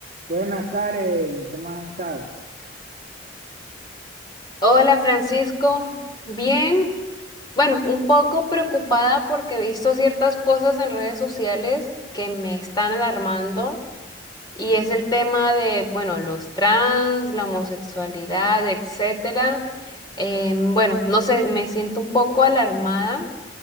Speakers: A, on the right; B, on the left.
A: Buenas, Karen, ¿cómo has estado?
B: Hola Francisco, bien, bueno, un poco preocupada porque he visto ciertas cosas en redes sociales que me están alarmando y es el tema de, bueno, los trans, la homosexualidad, etcétera. Em, bueno, no sé, me siento un poco alarmada